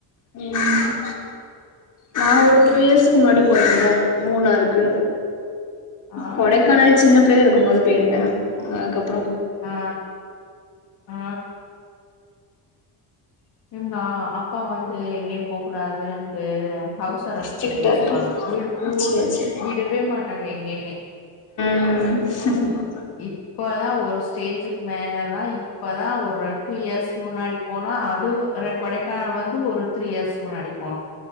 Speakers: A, on the left; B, on the left.
A: ம் நா ஒரு டூ இயர்ஸ்கு முன்னாடி போயிருந்தே மூனாருக்
B: ஆ
A: கொடைகானல் சின்ன பிள்ள இருக்கும் போது பேய்ருந்த அதுகப்
B: ஆ ஆ நா அப்பா வந்து எங்க போக கூடாது எனக்கு ஹவுஸ் அரெஸ்ட்
A: ஸ்ட்ரிக்டா
B: பண்ணி வெச்சிருப்பாங்க
A: இருக்கு
B: வீடு பூட்
A: சேரி சேரி
B: விடவே மாட்டாங்க எங்கயுமே
A: ம்
B: இப்பதா ஒரு ஸ்டேஜூக்கு மேலதா இப்பதா ஒரு டூ இயர்ஸ்க்கு முன்னாடி போனா து அ கொடைக்கானல் வந்து ஒரு த்ரீ இயர்ஸ் முன்னாடி போனோ